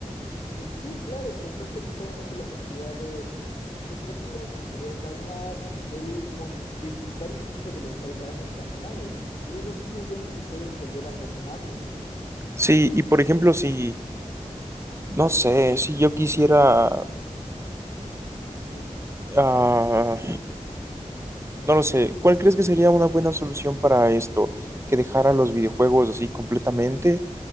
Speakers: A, on the left; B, on the right.
A: Eh, sí, claro, te- entonces te gustaban mucho las actividades recreativas, como salir a caminar, el senderismo, disfrutar incluso de los paisajes y animales. Y digo, esto es muy bueno y puedes volver a retomarlo.
B: Sí, y por ejemplo, si, no sé, si yo quisiera,
A: Dime.
B: ah, no lo sé, ¿cuál crees que sería una buena solución para esto? ¿Que dejara los videojuegos así completamente?